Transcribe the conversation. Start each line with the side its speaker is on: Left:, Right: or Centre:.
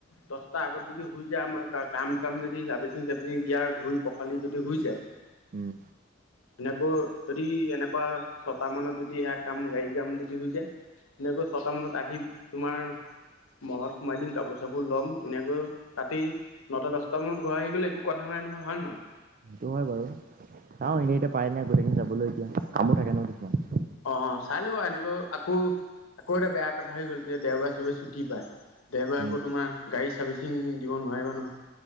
Left: দহটা আগত যদি শুই যায় আমাৰ কাম চাম যদি চাৰ্ভিচিং চাবিচিং দিয়া ধুই পখালি যদি হৈ যায়
Right: উম।
Left: এনেকৈ যদি এনেকুৱা ছটা মানত যদি সেয়া কাম গাড়ী কাম যদি যে এনেকৈ ছটা মানত আহি তোমাৰ মলত সোমাই দিম কাপোৰ চাপোৰ ল'ম ধুনীয়াকৈ ৰাতি নটা-দচটা মানত ঘৰ আহি গলে একো কথা নাই নহয় হয়- নহয়?
Right: সেইটো হয় বাৰু, চাওঁ এনেই এতিয়া পাই নাই গোটেইখিনি যাবলৈ এতিয়া কামো থাকে ন কিছুমান
Left: অ চাই লবা এনেকৈ আকৌ আকৌ এটা বেয়া কথা হৈ গ'ল যে দেওবাৰে চবে ছুটি পায়। দেওবাৰে
Right: উম
Left: আক তোমাৰ গাড়ী চাৰ্ভিচিং দিব নোৱাৰিবা নহয়।